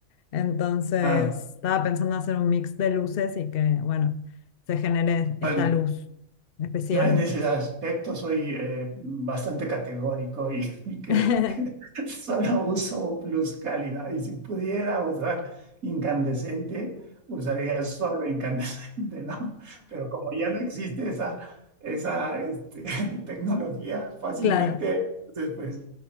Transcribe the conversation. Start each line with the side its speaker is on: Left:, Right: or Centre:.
Left: Entonces,
Right: Claro.
Left: estaba pensando hacer un mix de luces y que, bueno, se genere esta
Right: Bueno,
Left: luz especial.
Right: Yo en ese aspecto soy eh, bastante categórico y, <laughs> y creo
Left: <laughs>
Right: que solo uso pluscálida. Y si pudiera usar incandescente, usaría solo incandescente, ¿no? Pero como ya no existe esa, esa este, <laughs> tecnología fácilmente,
Left: Claro,
Right: entonces, pues,